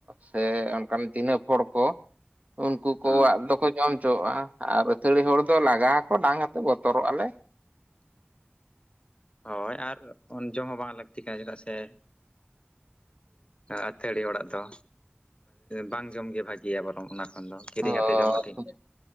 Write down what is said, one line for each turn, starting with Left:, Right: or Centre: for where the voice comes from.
Right: ᱥᱮ ᱚᱱᱠᱟᱱ ᱪᱤᱱᱦᱟᱹᱯ ᱦᱚᱲ ᱠᱚ ᱩᱱᱠᱩ ᱠᱚᱣᱟᱜ
Left: ᱦᱳᱭ
Right: ᱫᱚᱠᱚ ᱡᱚᱢ ᱦᱚᱪᱚᱣᱟᱜᱼᱟ ᱟᱨ ᱟᱹᱛᱷᱟᱹᱲᱤ ᱦᱚᱲ ᱫᱚ ᱞᱟᱜᱟ ᱟᱠᱚ ᱰᱟᱝ ᱟᱛᱮ ᱵᱚᱛᱚᱨᱚᱜ ᱟᱞᱮ
Left: ᱦᱳᱭ ᱟᱨ ᱡᱚᱢ ᱦᱚᱸ ᱵᱟᱝ ᱞᱟᱹᱠᱛᱤ ᱠᱟᱱᱟ ᱪᱮᱫᱟᱜ ᱥᱮ ᱟᱹᱛᱷᱟᱲᱤ ᱦᱚᱲᱟᱜ ᱫᱚ ᱵᱟᱝ ᱡᱚᱢᱜᱮ ᱵᱷᱟᱹᱜᱤᱭᱟ ᱵᱚᱨᱚᱝ ᱚᱱᱟ ᱟᱫᱚ ᱠᱤᱨᱤᱧ
Right: ᱦᱳᱭ
Left: ᱟᱛᱮᱫ ᱡᱚᱢ ᱦᱚᱸ ᱴᱷᱤᱠ ᱜᱮᱭᱟ